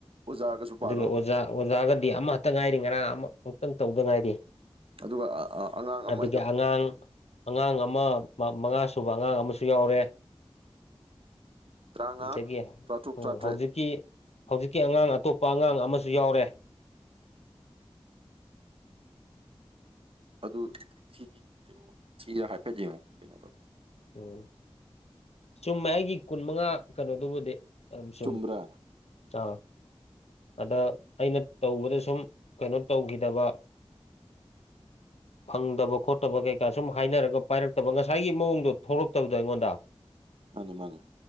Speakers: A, on the right; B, on the left.
A: ꯑꯣꯖꯥꯒꯁꯨ ꯄꯥꯔꯣ
B: ꯑꯗꯨꯒꯤ ꯑꯣꯖꯥ ꯑꯣꯖꯥꯒꯗꯤ ꯑꯃꯈꯛꯇ ꯉꯥꯏꯔꯤ ꯉꯔꯥꯡ ꯑꯃ ꯑꯃꯨꯛꯇꯪ ꯇꯧꯗ ꯉꯥꯏꯔꯤ
A: ꯑꯗꯨꯒ ꯑꯉꯥꯡ
B: ꯑꯗꯒꯤ
A: ꯑꯃ
B: ꯑꯉꯥꯡ ꯑꯉꯥꯡ ꯑꯃ ꯃꯉꯥꯁꯨꯨꯕ ꯑꯉꯥꯡ ꯑꯃꯁꯨ ꯌꯥꯎꯔꯦ
A: ꯇꯔꯥꯃꯉꯥ
B: ꯑꯗꯒꯤ
A: ꯇꯔꯥꯇꯔꯨꯛ
B: ꯎꯝ
A: ꯇꯔꯥꯇꯔꯦꯠ
B: ꯍꯧꯖꯤꯛꯀꯤ ꯍꯧꯖꯤꯛꯀꯤ ꯑꯉꯥꯡ ꯑꯇꯣꯞꯄ ꯑꯉꯥꯡ ꯑꯃꯁꯨ ꯌꯥꯎꯔꯦ
A: ꯑꯗꯨ ꯊꯤ ꯀꯩꯅꯣ ꯊꯤꯔ ꯍꯥꯏꯐꯦꯠ ꯌꯦꯡꯉꯣ ꯀꯩꯅꯣ ꯇꯧ
B: ꯎꯝ ꯆꯨꯝꯃꯦ ꯑꯩꯒꯤ ꯀꯨꯟ ꯃꯉꯥ ꯀꯩꯅꯣꯗꯨꯕꯨꯗꯤ <unintelligible>
A: ꯆꯨꯝꯕ꯭ꯔꯥ
B: ꯑꯗ ꯑꯩꯅ ꯇꯧꯕꯗ ꯁꯨꯝ ꯀꯩꯅꯣ ꯇꯧꯈꯤꯗꯕ ꯐꯪꯗꯕ ꯈꯣꯠꯇꯕ ꯀꯩꯀꯥ ꯁꯨꯝ ꯍꯥꯏꯅꯔꯒ ꯄꯥꯏꯔꯛꯇꯕ ꯉꯁꯥꯏꯒꯤ ꯃꯑꯣꯡꯗꯣ ꯊꯣꯛꯂꯛꯇꯕꯗꯣ ꯑꯩꯉꯣꯟꯗ
A: ꯃꯥꯅꯤ ꯃꯥꯅꯦ